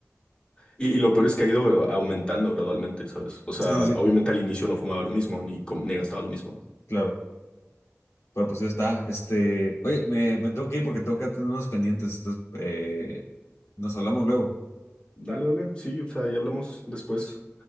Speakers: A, on the left; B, on the left.
A: y, y lo peor es que ha ido aumentando gradualmente, ¿sabes? O sea,
B: Sí, sí,
A: obviamente
B: sí.
A: al inicio no fumaba lo mismo, ni, com- ni gastaba lo mismo.
B: Claro. Pero pues ya está. Este, oye, me, me tengo que ir porque tengo que atender unos pendientes. Entonces, eh, nos hablamos luego.
A: Dale, dale. Sí, o sea, ya hablamos después.